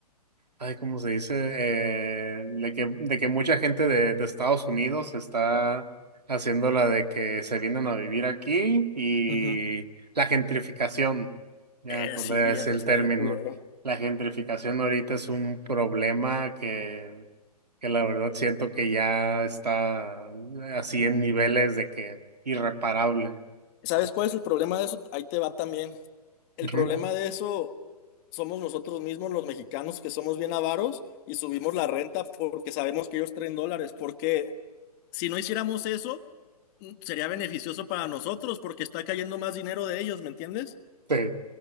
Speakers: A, on the right; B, on the left.
A: Ay, ¿cómo se dice? Eh, de que, de que mucha gente de, de Estados Unidos está haciendo la de que se vienen a vivir aquí y
B: Ujú.
A: la gentrificación, ya
B: Eh,
A: me acordé,
B: sí,
A: es
B: ya está
A: el término.
B: bien culero.
A: La gentrificación ahorita es un problema que, que la verdad siento que ya está eh, así
B: Ujú.
A: en niveles de que irreparable.
B: ¿Sabes
A: Sí,
B: cuál es el problema de eso? Ahí te va también. El
A: Ujú,
B: problema de eso somos nosotros mismos, los mexicanos, que somos bien avaros y subimos la renta porque sabemos que ellos traen dólares. Porque si no hiciéramos eso, mm, sería beneficioso para nosotros porque está cayendo más dinero de ellos, ¿me entiendes?
A: sí,